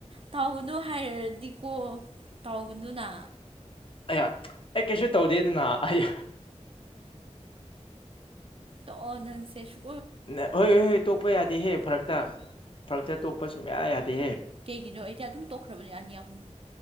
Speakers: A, on the right; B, on the left.
A: ꯊꯥꯎꯒꯅꯨ ꯍꯥꯏꯔꯗꯤꯀꯣ ꯇꯥꯎꯒꯗꯨꯅ
B: ꯑꯩꯍ ꯑꯩ ꯀꯩꯁꯨ ꯇꯧꯗꯦꯗꯅ ꯑꯩ
A: ꯑꯣ ꯅꯪꯁꯦꯁꯨ
B: ꯅ ꯍꯣꯏ ꯍꯣꯏ ꯍꯣꯏ ꯇꯣꯛꯄ ꯌꯥꯗꯦꯍꯦ ꯐꯔꯛꯇ ꯐꯔꯛꯇ ꯇꯣꯛꯄ ꯁꯨꯡ ꯃꯌꯥ ꯌꯥꯗꯦꯍꯦ
A: ꯀꯩꯒꯤꯅꯣ ꯑꯩꯗꯤ ꯑꯗꯨꯝ ꯇꯣꯛꯈ꯭ꯔꯕꯅꯦ ꯑꯅꯤ ꯑꯍꯨꯝ